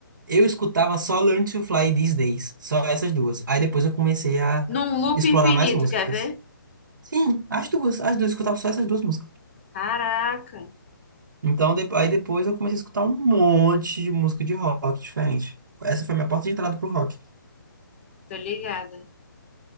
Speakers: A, on the right; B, on the left.
A: Eu escutava só Learn to Fly These Days, só essas duas. Aí depois eu comecei a
B: Num loop
A: explorar
B: infinito,
A: mais músicas.
B: quer ver?
A: Sim, as duas, as duas, eu escutava só essas duas músicas.
B: Caraca,
A: Então, de- aí depois eu comecei a escutar um monte de música de rock diferente. Essa foi a minha porta de entrada pro rock.
B: tô ligada.